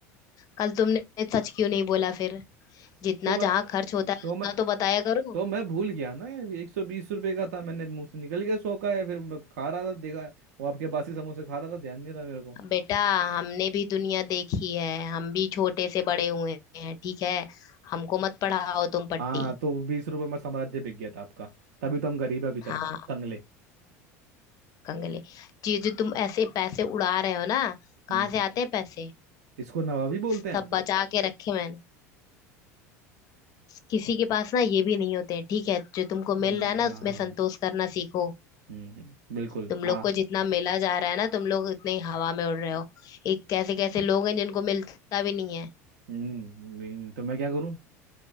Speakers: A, on the left (about 45°); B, on the right (about 80°).
A: कल तुमने सच क्यों नहीं बोला फिर जितना
B: तो मैं
A: जहाँ खर्च होता है
B: तो
A: उतना
B: मैं
A: तो बताया करो
B: तो मैं भूल गया ना एक सौ बीस रुपए का था मैंने मुंह से निकल गया सौ का है फिर मैं खा रहा था देखा वो आपके बासी समोसे खा रहा था ध्यान नहीं रहा मेरे को
A: बेटा हमने भी दुनिया देखी है हम भी छोटे से बड़े हुए हैं ठीक है हमको मत पढ़ाओ तुम पट्टी
B: हाँ तो बीस रुपए में साम्राज्य बिक गया था आपका तभी तो हम गरीब हैं अभी तक
A: हाँ
B: कंगले
A: कंगले जी जो तुम ऐसे पैसे उड़ा रहे हो ना कहाँ
B: हम्म
A: से आते हैं पैसे
B: इसको नवाबी बोलते
A: सब
B: हैं
A: बचा के रखे मैंने किसी के पास ना ये भी नहीं होते हैं ठीक है जो तुमको
B: हम्म,
A: मिल रहा है
B: यहाँ
A: ना उसमें संतोष करना सीखो
B: हम्म बिल्कुल
A: तुम लोग
B: आ
A: को जितना मिला जा रहा है ना तुम लोग उतने ही हवा में उड़ रहे हो एक कैसे कैसे लोग हैं जिनको मिलता भी नहीं है
B: हम्म मैं- तो मैं क्या करूं